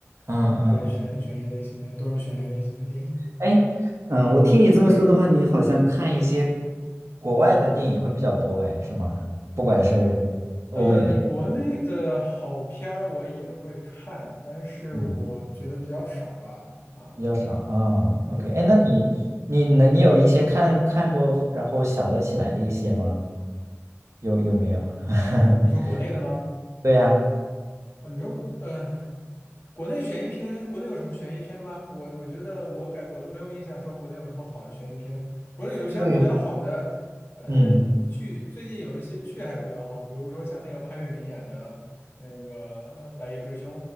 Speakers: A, on the right; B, on the left.
A: 嗯嗯嗯，
B: 对，这些悬悬疑类型的都是悬疑类型的电影。
A: 哎，嗯，我听你这么说的话，你好像看一些国外的电影会比较多，哎，是吗？不管是欧美的，
B: 嗯，国内的好片儿我也会看，但是我觉得比较少吧。
A: 嗯，
B: 啊，
A: 比较少啊。哦 OK，
B: 对，
A: 哎，那你你能你有一些看看过，然后想得起来的一些吗？有有没有？<laughs>
B: 你说国内的吗？
A: 对呀，
B: 啊，你说，呃，国内悬疑片，国内有什么悬疑片吗？我我觉得我感我都没有印象说国内有什么好的悬疑片。国内有一些比较好的，
A: 对，
B: 呃，
A: 嗯，
B: 剧，最近有一些剧还比较好，比如说像那个潘粤明演的那个呃白夜追凶》